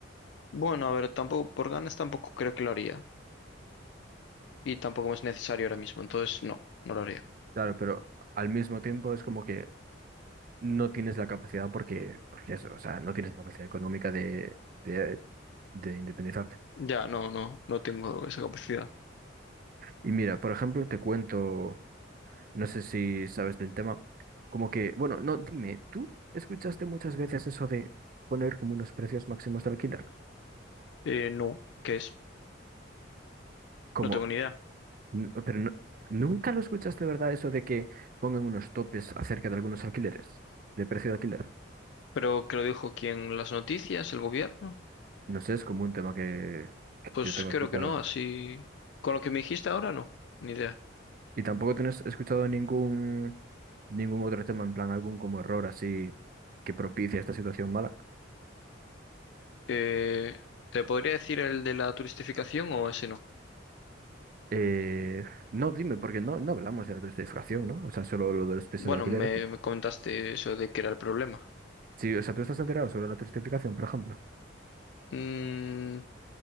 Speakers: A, on the left (about 65°); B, on the right (about 45°).
A: Bueno, a ver, tampoco, por ganas tampoco creo que lo haría y tampoco es necesario ahora mismo, entonces no, no lo haría.
B: Claro, pero al mismo tiempo es como que no tienes la capacidad porque, porque eso, o sea, no tienes la capacidad económica de, de, de independizarte.
A: Ya, no, no, no tengo esa capacidad.
B: Y mira, por ejemplo, te cuento, no sé si sabes del tema, como que, bueno, no, dime, ¿tú escuchaste muchas veces eso de poner como unos precios máximos de alquiler?
A: Eh, no, ¿qué es?
B: Como
A: No tengo ni idea.
B: N- Pero no- nunca lo escuchas de verdad eso de que pongan unos topes acerca de algunos alquileres, de precio de alquiler.
A: ¿Pero que lo dijo quién? ¿Las noticias? ¿El gobierno?
B: No sé, es como un tema que, que
A: Pues
B: yo tengo
A: creo
B: escuchado.
A: que no, así... Con lo que me dijiste ahora no, ni idea.
B: Y tampoco tienes escuchado ningún, ningún otro tema, en plan algún como error así que propicia esta situación mala.
A: Eh, ¿te podría decir el de la turistificación o ese no?
B: Eh, no, dime, porque no, no hablamos de la turistificación, ¿no? O sea, solo lo de los pisos
A: Bueno,
B: de alquiler.
A: me, me comentaste eso de que era el problema.
B: Sí, o sea, tú estás enterado sobre la turistificación, por ejemplo.
A: Mm,